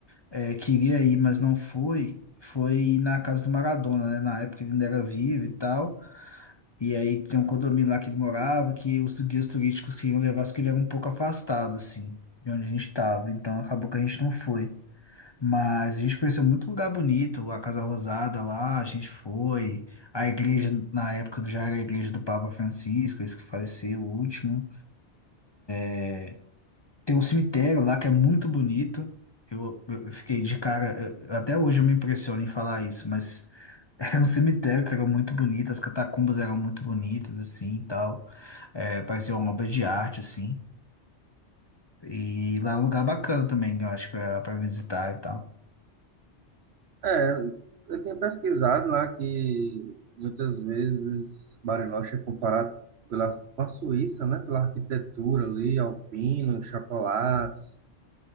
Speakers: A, on the left; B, on the right.
A: é, queria ir, mas não foi, foi na casa do Maradona, né? Na época ele ainda era vivo e tal. E aí tem um condomínio lá que ele morava, que os guias turísticos queriam levar, só que ele era um pouco afastado, assim, de onde a gente estava. Então acabou que a gente não foi. Mas a gente conheceu muito lugar bonito, a Casa Rosada lá, a gente foi. A igreja, na época, já era a igreja do Papa Francisco, esse que faleceu, o último. É, Tem um cemitério lá que é muito bonito. Eu, eu fiquei de cara, eu- até hoje eu me impressiono em falar isso, mas era um cemitério que era muito bonito, as catacumbas eram muito bonitas, assim, e tal. É, parecia uma obra de arte, assim. E lá é um lugar bacana também, eu acho, pra, pra visitar e tal.
B: É, eu tinha pesquisado lá que muitas vezes Bariloche é comparado pela, com a Suíça, né? Pela arquitetura ali, alpino, chocolates.